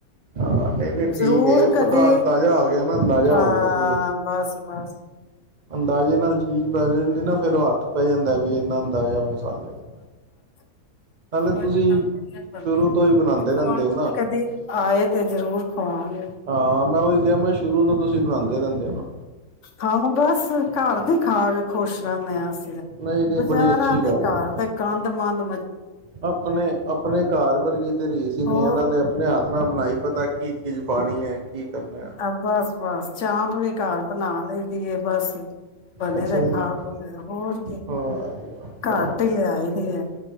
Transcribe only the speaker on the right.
ਆਹ ਨਹੀਂ ਤੇ ਠੀਕ
ਏ
ਪਤਾ ਅੰਦਾਜ਼ਾ ਆ ਗਿਆ ਅੰਦਾਜ਼ਾ
ਹੋ ਗਿਆ ਬਈ
ਅੰਦਾਜ਼ੇ ਨਾਲ ਚੀਜ਼ ਠੀਕ ਪੈ ਜਾਣਗੇ ਫਿਰ ਔ ਹੱਥ ਪੈ ਜਾਂਦਾ ਵੀ ਇਹਨਾਂ ਅੰਦਾਜ਼ਾ ਮਸਾਲੇ ਦਾ
ਨਾਲੇ
ਤੁਸੀਂ ਸ਼ੁਰੂ ਤੋਂ ਹੀ ਬਣਾਉਂਦੇ ਰਹਿੰਦੇ
ਹੋ ਨਾ
ਹਾਂ ਮੈਂ ਉਹੀ ਕਿਹਾ ਮੈਂ ਸ਼ੁਰੂ ਤੋਂ ਤੁਸੀਂ ਬਣਾਉਂਦੇ ਰਹਿੰਦੇ ਹੋ ਨਾ
ਨਹੀਂ ਤੇ
ਬੜੀ ਅੱਛੀ
ਗੱਲ
ਹੈ
ਆਪਣੇ ਆਪਣੇ ਘਰ ਵਰਗੀ ਤੇ ਰੀਸ ਈ ਨ
ਇਹ ਤੇ ਨਾਲੇ ਆਪਣੇ ਹ ਆਪਣਾ ਬਣਾਈ ਪਤਾ ਕੀ ਚੀਜ਼ ਪਾਣੀ ਹੈ ਕੀ ਕਰਨਾ
ਅੱਛਾ
ਜੀ
ਵਾਹ ਜੀ ਵਾਹ ਕਿਆ